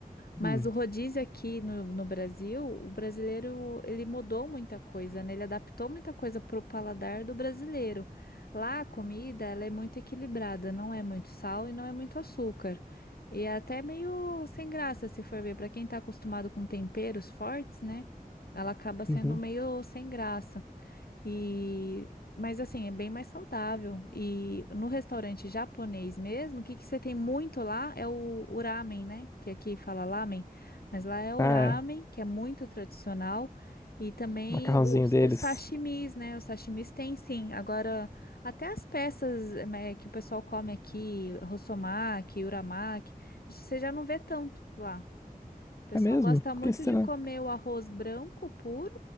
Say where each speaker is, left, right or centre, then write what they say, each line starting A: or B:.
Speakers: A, on the left; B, on the left.
A: Mas
B: Hum,
A: o rodízio aqui no, no Brasil, o brasileiro, ele mudou muita coisa, né? Ele adaptou muita coisa pro paladar do brasileiro. Lá a comida, ela é muito equilibrada, não é muito sal e não é muito açúcar. E é até meio sem graça, se for ver, para quem tá acostumado com temperos fortes, né? Ela acaba sendo
B: uhum.
A: meio sem graça. E mas assim, é bem mais saudável. E no restaurante japonês mesmo, o que que você tem muito lá é o, o ramen, né? Que aqui fala lamen, mas lá é o
B: Ah,
A: ramen,
B: é, o
A: que é muito tradicional. E também
B: macarrãozinho
A: os,
B: deles.
A: os sashimis, né? Os sashimis tem sim. Agora, até as peças, né, que o pessoal come aqui, rossomaki, uramaki, você já não vê tanto lá. O pessoal
B: É mesmo?
A: gosta muito
B: Que será?
A: de comer o arroz branco puro,